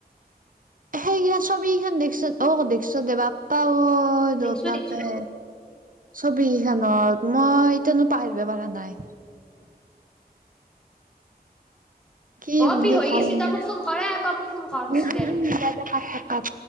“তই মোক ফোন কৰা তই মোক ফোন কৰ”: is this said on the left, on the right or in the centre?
Centre